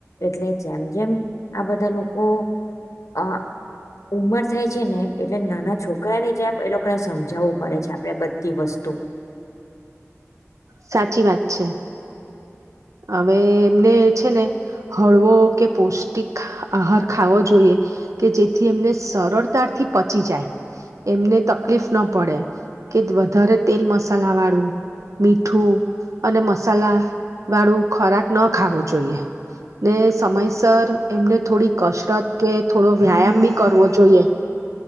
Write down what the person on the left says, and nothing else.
એટલે જેમ જેમ આ બધા લોકો અ ઉમર છે ને એટલે નાના છોકરાની જેમ એ લોકોને સમજાવવું પડે છે આપડે બધી વસ્તુ. તું.